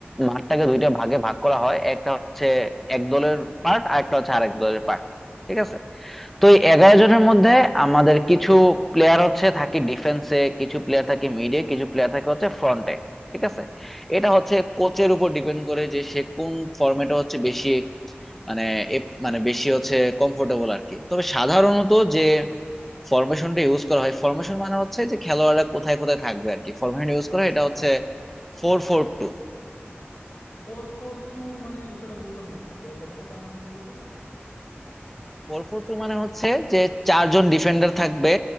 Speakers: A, in the centre; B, on the left.
A: মাঠটাকে দুইটা ভাগে ভাগ করা হয় একটা হচ্ছে এক দলের পার্ট আর একটা হচ্ছে আরেক দলের পার্ট ঠিক আছে তো এই এগারো জনের মধ্যে আমাদের কিছু প্লেয়ার হচ্ছে থাকে ডিফেন্সে কিছু প্লেয়ার থাকে মিডে কিছু প্লেয়ার থাকে হচ্ছে ফ্রন্টে ঠিক আছে এটা হচ্ছে কোচের উপর ডিপেন্ড করে যে সে কোন ফরম্যাটে হচ্ছে বেশি মানে এ- মানে বেশি হচ্ছে কমফোর্টেবল আর কি তবে সাধারণত যে ফরমেশনটা ইউজ করা হয় ফরমেশন মানে হচ্ছে যে খেলোয়াড়রা কোথায় কোথায় থাকবে আর কি ফরমেশন ইউজ করা
B: আচ্ছা
A: হয় এটা হচ্ছে four four two
B: ফোর ফোর টু মানে বিষয়টা বুঝলাম না বন্ধু ব্যাপারটা কেমন একটু বলো তো
A: Four four two মানে হচ্ছে যে চারজন ডিফেন্ডার থাকবে